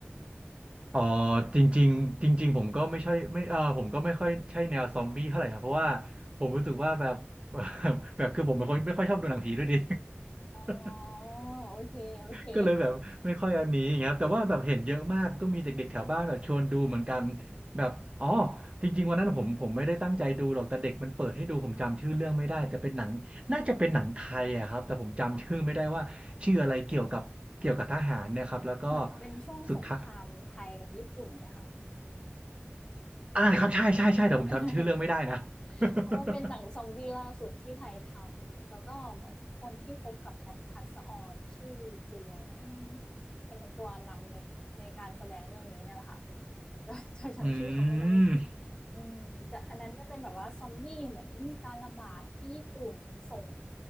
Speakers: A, on the right; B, on the left.
A: เออจริงๆจริงๆผมก็ไม่ใช่ไม่เออผมก็ไม่ค่อยใช่แนวซอมบี้เท่าไหร่นะเพราะว่าผมรู้สึกว่าแบบ <laughs> แบบคือผมเป็นคนไม่ค่อยชอบดูหนังผีด้วยดิ
B: อ๋อ
A: <laughs>
B: โอเคโอเค
A: ก็เลยแบบไม่ค่อยอันนี้อย่างเงี้ยครับแต่ว่าแบบเห็นเยอะมากก็มีเด็กๆแถวบ้านแบบชวนดูเหมือนกันแบบอ๋อจริงๆวันนั้นผมผมไม่ได้ตั้งใจดูหรอกแต่เด็กมันเปิดให้ดูผมจำชื่อเรื่องไม่ได้แต่เป็นหนังน่าจะเป็นหนังไทยอะครับแต่ผมจำชื่อไม่ได้ว่าชื่ออะไรเกี่ยวกับเกี่ยวกับทหารเนะครับแล้วก็
B: เหมือนเป็นช่วงสงครามไทยกับญี่ปุ่นไหมคะ
A: สุดท้าย อ่าครับใช่ใช่ใช่แต่ผมจำชื่อเรื่องไม่ได้นะ
B: <laughs>
A: <laughs>
B: เพราะว่าเป็นหนังซอมบี้ล่าสุดที่ไทยทำ แล้วก็เหมือนคนที่คบกับแอปทัศออนชื่อคุณไรนาเป็นตัวนำในในการแสดงเรื่องนี้เนี่ยแหละค่ะ <laughs> จำจำจำชื่อเขาไม่ได้สิ
A: อืม
B: อืมจะอันนั้นจะเป็นแบบว่าซอมบี้เหมือนมีการระบาดที่ญี่ปุ่นส่ง